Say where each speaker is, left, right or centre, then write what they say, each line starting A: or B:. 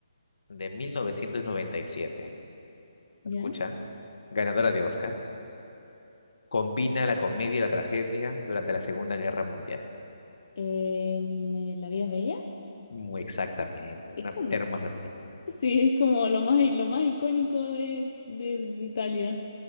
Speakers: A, on the left; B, on the left.
A: de 1997,
B: Ya.
A: escucha, ganadora de Oscar. Combina la comedia y la tragedia durante la Segunda Guerra Mundial.
B: Em, eh, La vida es bella.
A: Muy exactamente,
B: Es
A: una
B: como,
A: hermosa
B: <laughs>
A: película.
B: sí, es como lo más, lo más icónico de, de Italia.